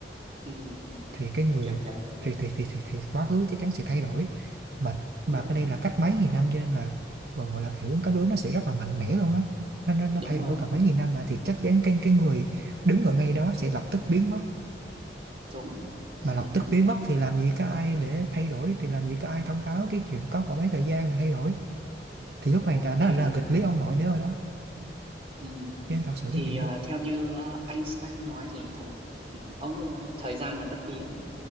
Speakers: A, on the right; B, on the right.
A: ừ,
B: thì cái người
A: kiểu kiểu
B: thì thì thì thì, thì quá khứ chắc chắn sẽ thay đổi mà mà
A: đúng
B: cái đây là cách mấy nghìn năm cho nên là gọi gọi là hiệu ứng cảm bướm nó sẽ rất là mạnh mẽ luôn á nó, nó, nó
A: đúng
B: thay đổi
A: rồi
B: cả mấy nghìn năm mà thì chắc chắn cái cái người đứng ở ngay đó sẽ lập tức biến mất
A: đúng
B: mà
A: suy
B: lập
A: nghĩ mất
B: tức biến mất thì làm gì có ai để thay đổi thì làm gì có ai thông báo cái chuyện có có mấy thời gian mà thay đổi thì lúc
A: đôi
B: này đã đã
A: khi
B: là nghịch lý ông nội nữa rồi đó
A: ừ.
B: cho nên thật sự
A: thì
B: cái việc
A: à,
B: du
A: theo như à, Einstein nói thì thời ông cứ nói là thời gian là bất biến